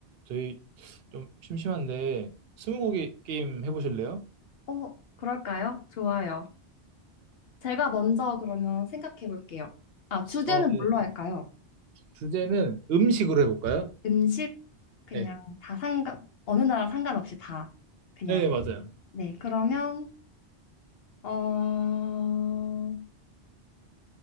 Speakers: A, on the right; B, on the left.
A: 저희 좀 심심한데 스무고개 게임 해보실래요?
B: 어, 그럴까요? 좋아요. 제가 먼저 그러면 생각해 볼게요. 아, 주제는
A: 어, 네.
B: 뭘로 할까요?
A: 주제는 음식으로 해볼까요?
B: 음식, 그냥
A: 네,
B: 다 상관, 어느 나라 상관없이 다, 그냥.
A: 네 맞아요.
B: 네, 그러면, 어,